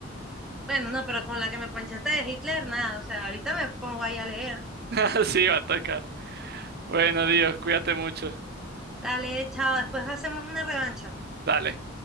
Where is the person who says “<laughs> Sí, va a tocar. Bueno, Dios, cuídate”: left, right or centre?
Right